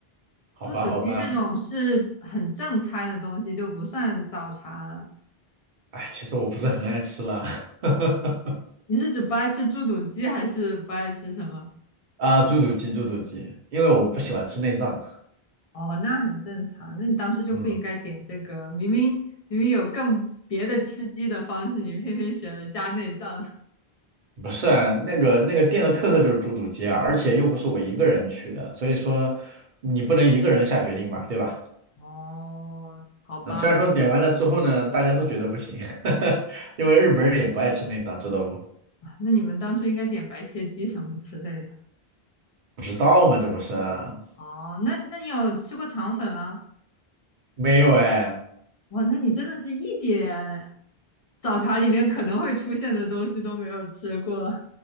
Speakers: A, on the right (about 55°); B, on the left (about 45°).
A: 好吧，
B: 猪肚鸡这种是很正餐的东西就不算早茶了。
A: 好吧，哎，其实我不是很爱吃啦，<laughs>
B: 你是指不爱吃猪肚鸡，还是不爱吃什么？
A: 啊，猪肚鸡，猪肚鸡，因为我不喜欢吃内脏，
B: 哦，那很正常。那你当初就不应该点这个，
A: 嗯，
B: 明明明明有更别的吃鸡的方式，你偏偏选了加内脏。<laughs>
A: 不是啊，那个那个店的特色就是猪肚鸡啊，而且又不是我一个人去的，所以说你不能一个人下决定吧，对吧？
B: 哦，好吧，
A: 嗯，虽然说点完了之后呢，大家都觉得不行，<laughs> 因为日本人也不爱吃内脏，知道不？
B: 啊那你们当初应该点白切鸡什么之类的。
A: 不知道吗？这不是啊
B: 哦，那那你有吃过肠粉吗？
A: 没有哎，
B: 哇，那你真的是一点早茶里面可能会出现的东西都没有吃过。